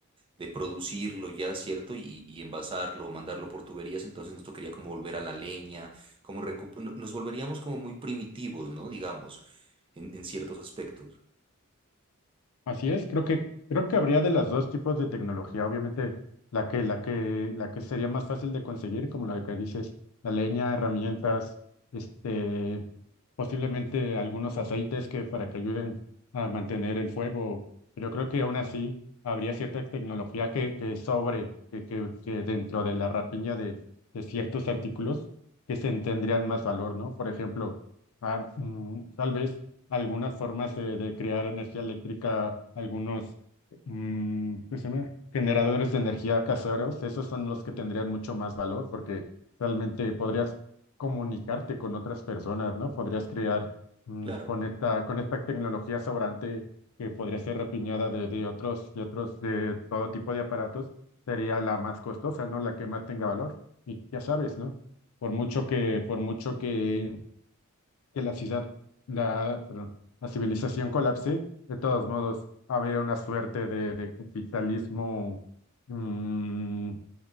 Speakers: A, on the right; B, on the left.
A: de producirlo ya, ¿cierto? Y, y envasarlo, mandarlo por tuberías, entonces nos tocaría como volver a la leña, como recu- no- nos volveríamos como muy primitivos, ¿no? Digamos, en, en ciertos aspectos.
B: Así es, creo que creo que habría de las dos tipos de tecnología, obviamente la que la que la que sería más fácil de conseguir, como la que dices, la leña, herramientas, este, posiblemente algunos aceites que para que ayuden a mantener el fuego, pero creo que aún así habría cierta tecnología que, que sobre que, que, que dentro de la rapiña de, de ciertos artículos que se tendrían más valor, ¿no? Por ejemplo, ah, mm, tal vez algunas formas de, de crear energía eléctrica, algunos mm, ¿cómo se llama? generadores de energía caseros, esos son los que tendrían mucho más valor porque realmente podrías comunicarte con otras personas, ¿no? Podrías crear mm,
A: Claro,
B: con esta, con esta tecnología sobrante que podría ser repiñada de, de otros, de otros, de todo tipo de aparatos, sería la más costosa, ¿no? La que más tenga valor. Y ya sabes, ¿no? Por mucho que, por mucho que que la ciudad, la, perdón, la civilización colapse, de todos modos, habría una suerte de, de capitalismo mm,